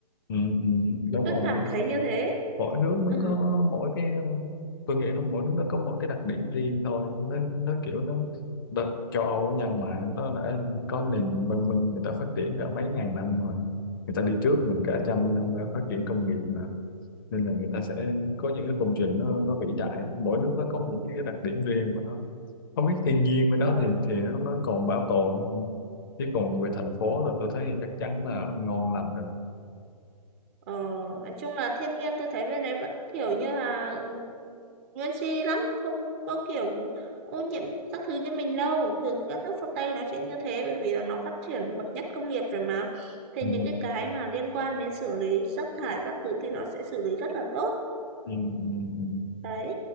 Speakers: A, on the left (about 35°); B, on the right (about 20°).
A: ừ, ừ, đúng
B: Tôi
A: rồi
B: cảm thấy như thế.
A: mỗi nước nó
B: Ừ.
A: có mỗi cái tôi nghĩ là mỗi nước nó có mỗi cái đặc điểm riêng thôi nó nó kiểu nó đợt châu Âu ở nhà mà nó đã có nền văn minh người ta phát triển cả mấy ngàn năm rồi người ta đi trước mình cả trăm năm phát triển công nghiệp mà nên là người ta sẽ có những cái công trình nó nó vĩ đại mỗi nước nó có một cái đặc điểm riêng của nó không biết thiên nhiên với nó
B: Ờ,
A: thì thì nó, nó còn bảo tồn không chứ còn về thành phố là tôi thấy thì chắc chắn là ngon lành rồi đó
B: ờ, nói chung là thiên nhiên tôi thấy bên đấy vẫn kiểu như là ừ, nguyên si lắm không có kiểu ô nhiễm các thứ như mình đâu thường các nước phương Tây nó sẽ như thế bởi vì là nó phát triển bậc nhất công nghiệp rồi mà thế
A: ừ,
B: những cái cái mà liên quan đến xử lý rác thải các thứ thì nó sẽ xử lý rất là tốt
A: ừ, ừ, ừ.
B: đấy